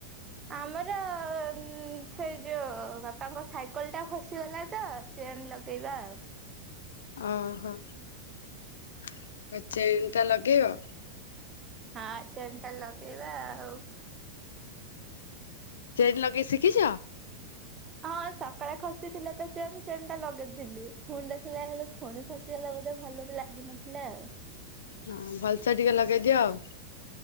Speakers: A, on the right; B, on the left.
A: ଆମର ଅମ୍ ସେ ଯୋଉ ବାପାଙ୍କ ସାଇକଲଟା ଖସ୍ ଆସିଗଲା ତ ଚେନ୍ ଲଗେଇବା ଆଉ।
B: ଅହଁ ଚେନଟା ଲଗେଇବ?
A: ହଁ ଚେନଟା ଲଗେଇବା ଆଉ।
B: ଚେନ୍ ଲଗେଇ ଶିକିଚ?
A: ହଁ ସକାଳେ ଖସିଥିଲା ତ ଚେନ ଚେନଟା ଲଗେଇଥିଲି ଫୁଣି ଦେଖିଲା ବେଳେ ଫୁଣି ଖସି ସେ ହେଲା ବୋଧେ ଭଲରେ ଲାଗିନଥିଲା ଆଉ।
B: ହଁ ଭଲସେ ଟିକେ ଲଗେଇଦିଅ ଆଉ।